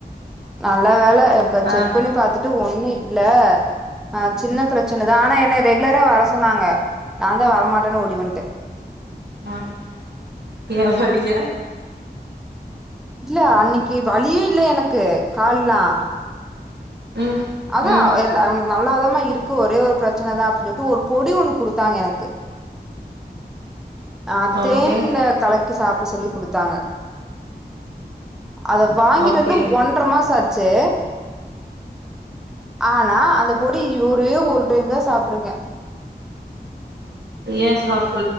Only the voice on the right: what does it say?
ஆ
ஆஹ் எய வலியா
ம்
ம்
ஓகே
ஓகே
ஏ சாப்